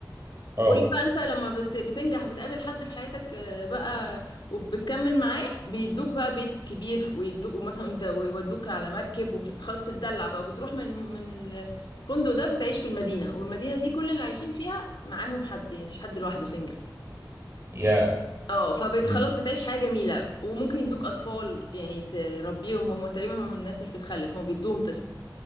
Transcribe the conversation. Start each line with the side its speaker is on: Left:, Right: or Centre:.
Right: اه
Left: وكل بقى انت لما بت... بتنجح وبتقابل حد في حياتك آه، بقى وبتكمل معاه بيدوك بقى بيت كبير ويدوك مثلا انت ويودوك على مركب ومش خلاص بتدلع بقى وبتروح من من الفندق ده بتعيش في المدينة والمدينة دي كل اللي عايشين فيها معاهم حد يعني مفيش حد لوحده سنجل
Right: يا
Left: اه فخلاص
Right: امم
Left: بتعيش حياة جميلة وممكن يدوك اطفال يعني تربيهم هم تقريبا هم الناس مش بتخلف هم بيدوهم طفل